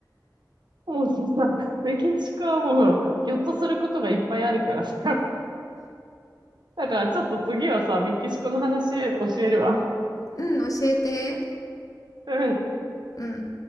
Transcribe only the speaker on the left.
うん教えて
うん